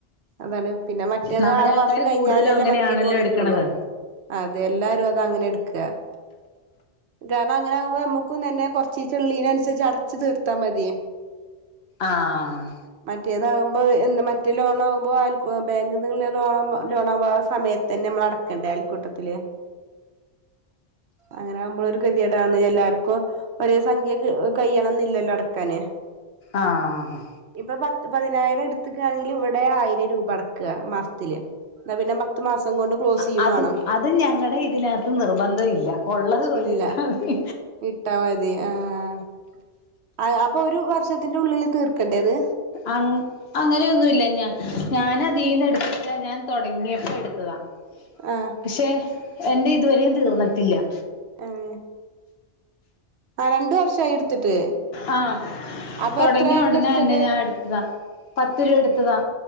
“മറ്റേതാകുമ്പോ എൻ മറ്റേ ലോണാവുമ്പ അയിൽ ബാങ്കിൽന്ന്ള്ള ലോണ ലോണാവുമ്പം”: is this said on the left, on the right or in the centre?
Right